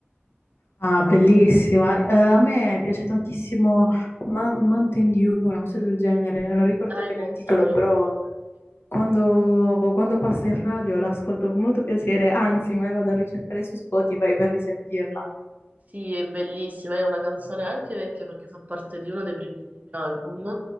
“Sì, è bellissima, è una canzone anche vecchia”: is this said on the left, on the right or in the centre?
Right